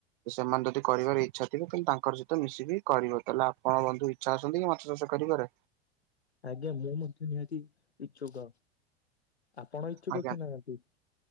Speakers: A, on the right; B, on the left.
A: ସେମାନେ ଯଦି କରିବାର ଇଚ୍ଛା ଥିବ ତାହେଲେ ତାଙ୍କର ସହିତ ମିଶିକି କରିବ ତାହେଲେ ଆପଣ ଙ୍କ ବନ୍ଧୁ ଇଚ୍ଛା ଅଛନ୍ତି କି ମ ମାଛଚାଷ କରିବାରେ।
B: ଆଜ୍ଞା ମୁଁ ମଧ୍ୟ ନିହାତି ଇଛୁକ। ଆପଣ ଇଚ୍ଛୁକ
A: ଆଜ୍ଞା।
B: କି ନାହିଁ ଆଗେ?